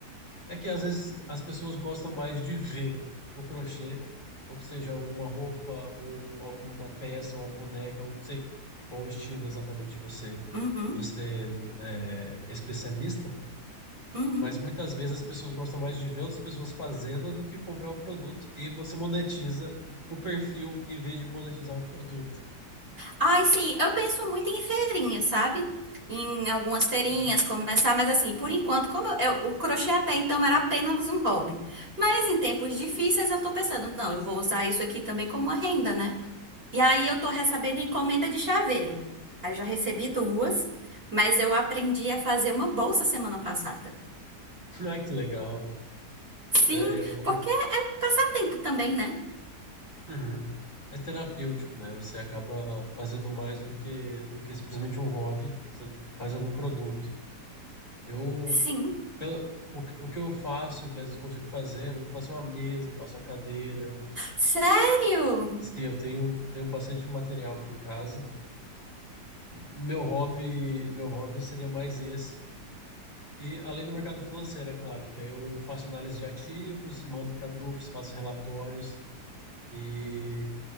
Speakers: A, on the left; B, on the right.
A: É que às vezes as pessoas gostam mais de ver o crochê, ou que seja uma roupa, ou alguma peça, uma boneca, ou não sei qual estilo exatamente você,
B: Uhum,
A: você é é, especialista.
B: uhum.
A: Mas muitas vezes as pessoas gostam mais de ver outras pessoas fazendo do que comprar o produto e você monetiza o perfil em vez de monetizar o produto.
B: Ai, sim, eu penso muito em feirinha, sabe? Em algumas feirinhas
A: Uhum.
B: começar, mas assim, por enquanto, como eu, eu- o crochê até então era apenas um hobby. Mas em tempos difíceis eu tô pensando, não, eu vou usar isso aqui também como uma renda, né? E aí eu tô recebendo encomenda de chaveiro. Aí já recebi duas, mas eu aprendi a fazer uma bolsa semana passada.
A: <laughs> Ah, que legal.
B: Sim,
A: É, eu-
B: porque é um passatempo também, né?
A: Uhum. É terapêutico, né? Você acaba fazendo mais do que, do que simplesmente um hobby, você faz algum produto. Eu,
B: Sim.
A: pela, o, que- o que eu faço, que às vezes eu consigo fazer, eu faço uma mesa, faço uma cadeira.
B: Sério?
A: Assim, eu tenho, tenho bastante material aqui em casa. Meu hobby, meu hobby seria mais esse. E além do mercado financeiro, é claro, porque aí eu faço análise de ativos, mando para grupos, faço relatórios e